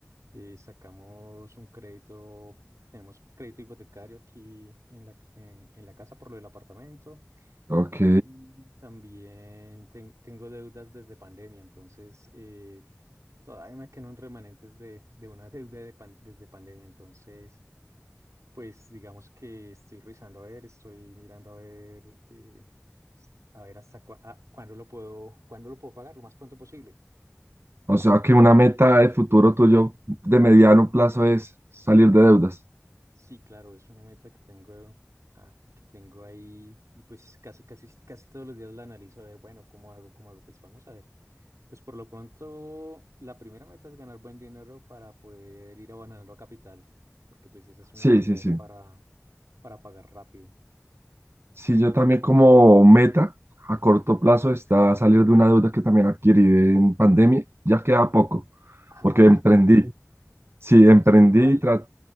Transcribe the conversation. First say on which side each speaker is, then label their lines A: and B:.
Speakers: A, on the right; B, on the right.
A: eh, sacamos un crédito, tenemos crédito hipotecario aquí en la, eh, en la casa por lo del apartamento.
B: Ok.
A: Y también ten- tengo deudas desde pandemia, entonces eh, todavía me quedan remanentes de, de una deuda de pan- desde pandemia, entonces pues digamos que estoy revisando a ver, estoy mirando a ver, eh, s- a ver hasta cua- ah, cuándo lo puedo, cuándo lo puedo pagar, lo más pronto posible.
B: O sea que una meta de futuro tuyo de mediano plazo es salir de deudas.
A: Sí, claro, es una meta que tengo, ah, que tengo ahí y pues casi, casi, casi todos los días la analizo a ver, bueno, ¿cómo hago? ¿Cómo hago? Pues vamos a ver. Pues por lo pronto, la primera meta es ganar buen dinero para poder ir abonando a capital, porque pues esa es una
B: Sí,
A: de las claves
B: sí, sí.
A: para, para pagar rápido.
B: Sí, yo también como meta a corto plazo está salir de una deuda que también adquirí en pandemia. Ya queda poco,
A: Ah,
B: porque emprendí.
A: te,
B: Sí,
A: te pasó
B: emprendí
A: igual.
B: y tra-